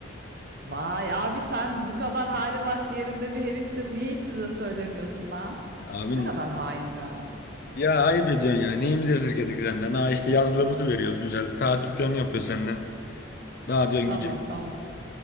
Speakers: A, on the right; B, on the left.
A: Vay abi sen bu kadar hali vakti yerinde bir herifsin. Niye hiç bize söylemiyorsun lan?
B: Abin
A: Ne kadar hain bir adam.
B: e, ya ayıp ediyorsun ya neyimizi esirgedik senden ha işte yazlığımızı veriyoruz güzel tatil planı yapıyor seninle. Daha diyorsun
A: Tamam
B: ki
A: tamam.